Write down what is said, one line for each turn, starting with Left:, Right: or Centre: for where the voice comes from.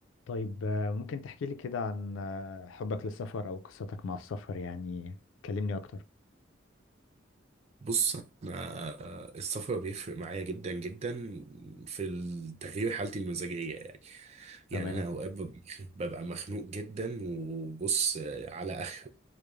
Left: طيب آه، ممكن تحكي لي كده عن آه، حبك للسفر أو قصتك مع السفر يعني كلمني أكتر
Right: بص انا السفر بيفرق معايا جدا جدا في ال- تغيير حالتي المزاجيه يعني يعني
Left: تمام
Right: انا اوقات بب- <laughs> ببقى مخنوق جدا وبص على اخر